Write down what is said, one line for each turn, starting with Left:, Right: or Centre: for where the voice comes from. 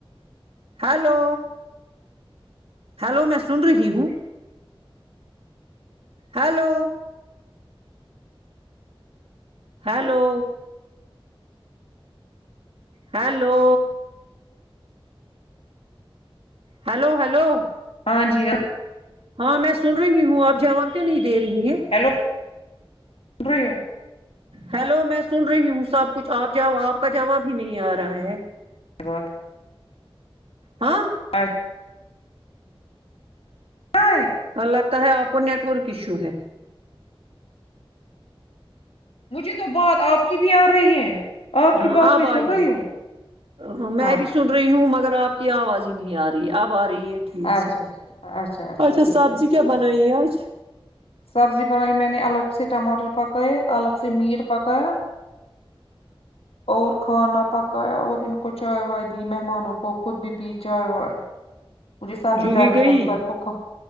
Right: ہیلو ہیلو میں سن رہی ہوں hello hello hello hello hello
Left: ہاں جی ہاں
Right: ہاں میں سن رہی ہوں آپ جواب کیوں نہیں دے رہی ہیں
Left: ہیلو سن رہی ہو
Right: ہیلو میں سن رہی ہوں سب کچھ آپ جا آپ کا جواب بھی نہیں آ رہا ہے
Left: اس کے بعد
Right: ہاں
Left: اچھ آے
Right: اور لگتا ہے آپ کو نیٹ ورک ایشو ہے
Left: مجھے تو بات آپ کی بھی آ رہی ہے
Right: ہاں
Left: کی بات
Right: آپ
Left: میں سن
Right: آئیس
Left: رہی ہوں
Right: ہ میں
Left: اچھا
Right: بھی سن
Left: اچھا
Right: رہی ہوں مگر آپ کی آواز ہی نہیں آ رہی اب آ رہی ہے تھیک
Left: اچھا
Right: سے
Left: اچھا
Right: اچھا
Left: ٹھیک
Right: سبزی
Left: ہے ٹھیک
Right: کیا
Left: ہے
Right: بنائیے
Left: ٹھیک ہے
Right: آج
Left: سبزی بنائی میں نے الگ سے ٹماٹر پکائے الگ سے میٹ پکایا اور کھانا پکایا اور ان کو چائے وائے دی مہمانوں کو خود بھی پی چائے وائے مجھے سر میں
Right: جو
Left: درد
Right: ہی گئی
Left: تھا تو فرق ہوکھا